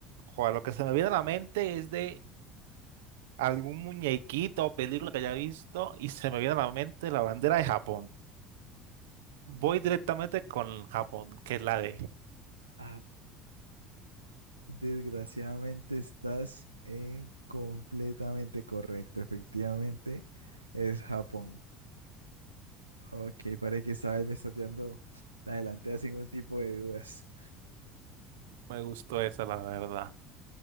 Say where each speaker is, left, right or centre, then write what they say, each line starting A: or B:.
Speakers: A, on the right; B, on the right.
A: Joder, lo que se me viene a la mente es de algún muñequito o película que haya visto y se me viene a la mente la bandera de Japón. Voy directamente con Japón, que es la D.
B: Ah, Desgraciadamente estás en completamente correcto. Efectivamente, es Japón. Ok, parece que esta vez me estás llevando la delantera sin ningún tipo de dudas.
A: Me gustó esa, la verdad.